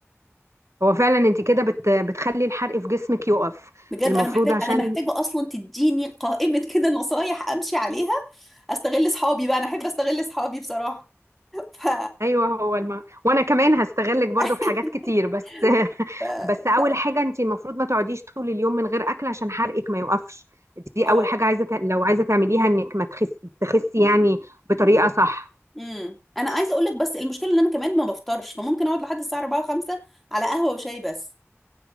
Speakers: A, on the right; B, in the centre.
A: هو فعلا انت كده بت... بتخلي الحرق في جسمك يقف
B: بجد
A: المفروض
B: أنا محتاج
A: عشان
B: أنا محتاجة أصلا تديني قائمة <laughs> كده نصايح أمشي عليها أستغل صحابي بقى أنا أحب أستغل صحابي بصراحة <laughs> ف
A: <laughs> ايوه هو الم... وانا كمان هستغلك برضو
B: <laughs>
A: في حاجات كتير بس <laughs>
B: ف
A: بس اول
B: ف
A: حاجه انت المفروض ما تقعديش طول اليوم من غير اكل عشان حرقك ما يوقفش دي
B: اه
A: اول حاجه عايزه ت... لو عايزه تعمليها انك ما تخس... تخسي يعني بطريقه صح
B: امم انا عايزه اقول لك بس المشكله ان انا كمان ما بفطرش فممكن اقعد لحد الساعه 4 5 على قهوه وشاي بس